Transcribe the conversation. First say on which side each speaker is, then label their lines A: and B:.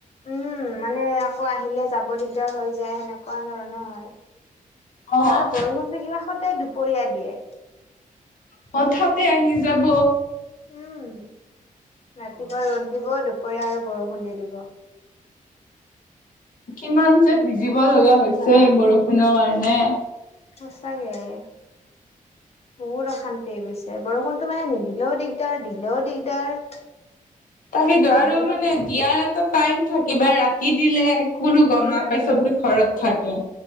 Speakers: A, on the left; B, on the left.
A: উম, মানে আকৌ আহিলে যাব দিগদাৰ হৈ যায়, সেনেকুৱা ধৰণৰ হয়।
B: অ',
A: আৰু বৰষুণটো কিবা সদায় দুপৰীয়া দিয়ে।
B: হঠাতে আহি যাব
A: উম, ৰাতিপুৱা ৰ'দ দিব, দুপৰীয়া আৰু বৰষুণ দি দিব।
B: কিমান যে ভিজিব
A: ধৰিব
B: লগা হৈছে
A: নোৱাৰি
B: বৰষুণৰ কাৰণে।
A: সচাকে অ'। বহুত অশান্তি হৈ গৈছে বৰষুণতো মানে নিদিলেও দিগদাৰ দিলেও দিগদাৰ।
B: তাকে
A: নিদিলেও
B: আৰু মানে দিয়াৰ এটা টাইম থাকে বা ৰাতি দিলে কোনো গ'ম
A: উম,
B: নাপায় চবকে ঘৰত থাকে।